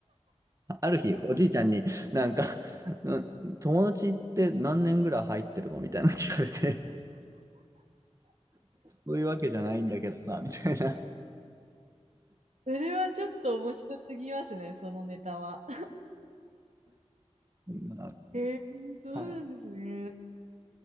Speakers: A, on the right (about 30°); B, on the right (about 85°).
A: ある日、おじいちゃんになんか、うん友達って何年ぐらい入ってるのみたいなの聞かれて、<laughs> そういうわけじゃないんだけどさ、みたいな。
B: それはちょっと面白すぎますね、そのネタは。
A: うんな
B: えー、そうなんですね。
A: はい。